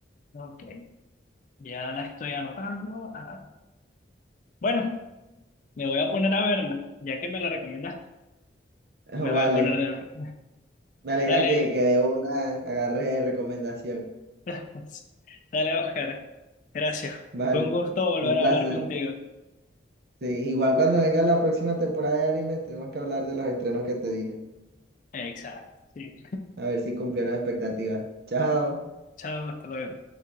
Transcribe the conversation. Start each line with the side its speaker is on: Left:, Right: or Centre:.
Left: Ok, ya la estoy anotando. Ah, Bueno, me voy a poner a verla, ya que me la recomendaste,
Right: <laughs>
Left: me voy
Right: Vale,
Left: a poner de una.
Right: me alegra
Left: Dale,
Right: que, que de una agarre recomendación.
Left: <laughs> dale, Oscar. Gracias.
Right: Vale,
Left: Fue un gusto volver
Right: un placer.
Left: a hablar contigo.
Right: Sí, igual cuando venga la próxima temporada de anime, tenemos que hablar de los estrenos que te dije.
Left: Exacto. Sí.
Right: A ver si cumplieron expectativas. Chao.
Left: Chao, hasta luego.